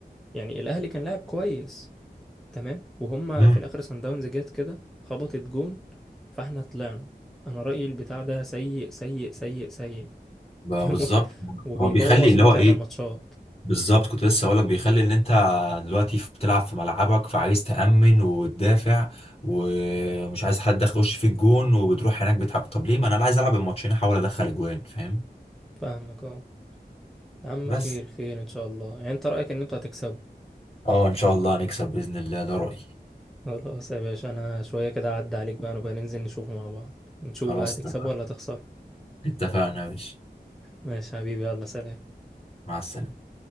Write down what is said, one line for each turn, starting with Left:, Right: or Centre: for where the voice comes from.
Centre: يعني الاهلي كان لاعب كويس تمام وهما
Left: امم
Centre: في الاخر سان داونز جت كده خبطت جون فاحنا طلعنا انا رايي البتاع ده سيء سيء سيء سيء
Left: بقى
Centre: <laughs> فاهم
Left: بالظبط
Centre: وبيبوظ
Left: هو بيخلي اللي
Centre: متعه
Left: هو إيه
Centre: الماتشات
Left: بالظبط كنت لسه أقولك بيخلي إن أنت دلوقتي في- بتلعب في ملعبك فعايز تأمن وتدافع ومش عايز حد يخش في الجون وبتروح هناك بتحقق طب ليه ما أنا عايز ألعب الماتشين أحاول أدخل أجوان فاهم
Centre: فاهمك اه يا عم
Left: بس
Centre: خير خير ان شاء الله يعني انت رايك ان انتوا هتكسبوا
Left: اه إن شاء الله هنكسب بإذن الله ده رأيي
Centre: خلاص يا باشا انا شويه كده اعدي عليك بقى نبقى ننزل نشوفه مع بعض ونشوف
Left: خلاص
Centre: بقى هتكسبوا
Left: اتفقنا
Centre: ولا هتخسروا
Left: اتفقنا يا باشا
Centre: ماشي يا حبيبي يلا سلام
Left: مع السلامة